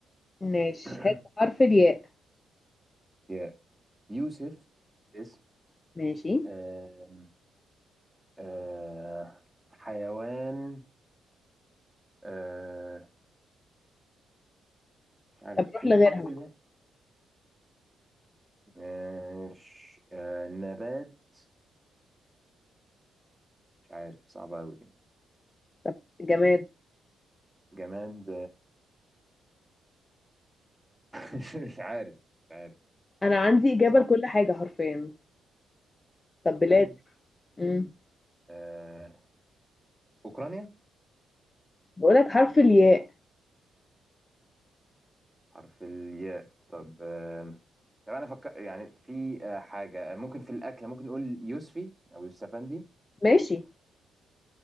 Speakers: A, on the left; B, in the centre.
A: ماشي
B: <clears throat>
A: هات بحرف الياء
B: يا يوسف اسم
A: ماشي
B: آم، آه، حيوان آه، مش عارف
A: طب روح
B: في
A: لغيرها
B: بحرف الياء ماشي آه، نبات مش عارف صعبة أوي دي
A: طب جماد
B: جماد مش مش عارف مش عارف
A: انا عندي اجابه
B: صعب
A: لكل حاجه حرفيا طب بلاد
B: بجد
A: امم
B: آه، أوكرانيا
A: بقولك حرف الياء
B: حرف الياء طب آه، طب أنا فكر يعني في آه، حاجة آه، ممكن في الأكل ممكن نقول يوسفي أو يوسفندي
A: ماشي